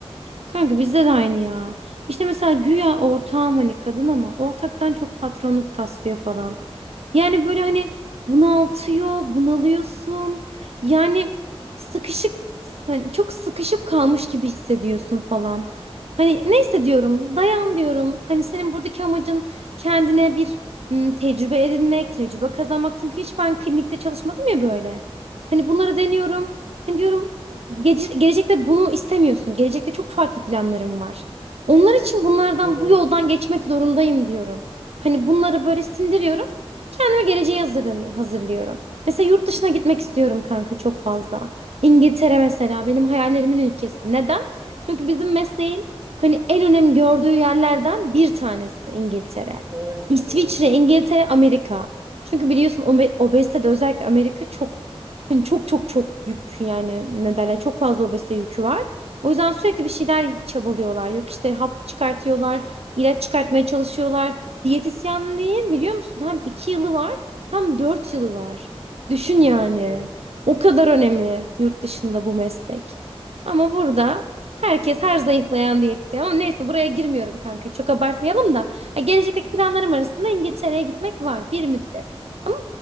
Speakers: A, on the right; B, on the right.
A: Kanka bizde de aynı ya. İşte mesela güya ortağım hani kadın ama ortaktan çok patronluk taslıyor falan. Yani böyle hani bunaltıyor, bunalıyorsun. Yani sıkışık, hani çok sıkışıp kalmış gibi hissediyorsun falan. Hani ne hissediyorum? Dayan diyorum. Hani senin buradaki amacın kendine bir ım, tecrübe edinmek, tecrübe kazanmak. Çünkü hiç ben klinikte çalışmadım ya böyle. Hani bunları deniyorum. Hani diyorum Gece- gelecekte bunu istemiyorsun. Gelecekte çok farklı planlarım var. Onlar için bunlardan
B: Evet.
A: bu yoldan geçmek zorundayım diyorum. Hani bunları böyle sindiriyorum. Kendime geleceğe hazırlanıyor, hazırlıyorum. Mesela yurt dışına gitmek istiyorum kanka çok fazla. İngiltere mesela benim hayallerimin ülkesi. Neden? Çünkü bizim mesleğin hani en önem gördüğü yerlerden bir tanesi İngiltere.
B: Evet
A: İsviçre,
B: ya.
A: İngiltere, Amerika. Çünkü biliyorsun obe- obezitede özellikle Amerika çok Hani çok çok çok yük yani ne derler çok fazla obezite yükü var. O yüzden sürekli bir şeyler çabalıyorlar. Yok işte hap çıkartıyorlar, ilaç çıkartmaya çalışıyorlar. Diyetisyenliğin biliyor musun hem iki yılı var hem dört yılı var. Düşün
B: Ha.
A: yani. O kadar önemli yurt dışında bu meslek. Ama burada herkes her zayıflayan diyetisyen. Ama neyse buraya girmiyorum kanka. Çok abartmayalım da. Ha, Gelecekteki planlarım arasında İngiltere'ye gitmek var bir müddet. Ama